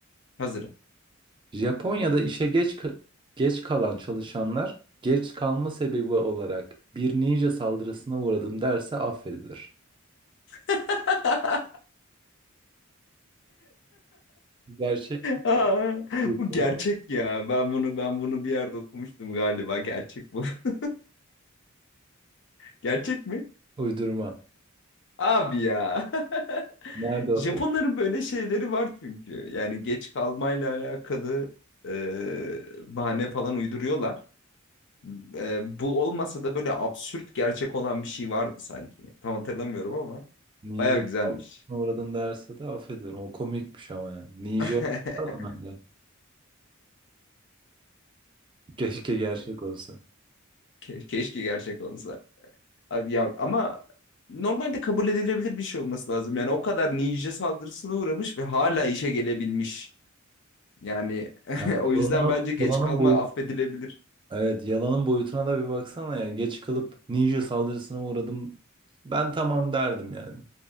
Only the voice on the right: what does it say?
Japonya'da işe geç geç kalan çalışanlar geç kalma sebebi olarak bir ninja saldırısına uğradım derse affedilir.
Gerçek
uydurma.
Uydurma.
Nerede o
ninja
saldırısına uğradım derse de affederim. O komikmiş ama ya. Ninja
falan öyle. Keşke gerçek olsa.
Ya,
yalanın,
yalanın
boyutu.
Evet yalanın boyutuna da bir baksana ya. Geç kalıp ninja saldırısına uğradım. Ben tamam derdim yani.